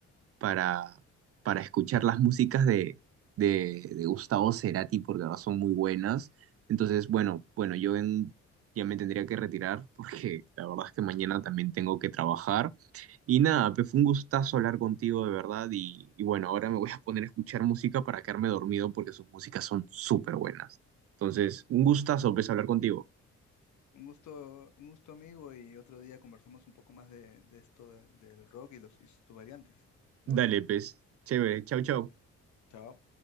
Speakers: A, on the right; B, on the left.
A: para, para escuchar las músicas de, de, de Gustavo Cerati porque ahora son muy buenas. Entonces, bueno, bueno, yo en- ya me tendría que retirar porque la verdad es que mañana también tengo que trabajar. Y nada, pues fue un gustazo hablar contigo de verdad y, y bueno, ahora me voy a poner a escuchar música para quedarme dormido porque sus músicas son súper buenas. Entonces, un gustazo, pues, hablar contigo.
B: Un gusto, un gusto amigo y otro día conversamos un poco más de, de esto de- del rock y, los, y sus variantes. Nos
A: Dale,
B: vemos.
A: pues, chévere, chau, chau.
B: Chao.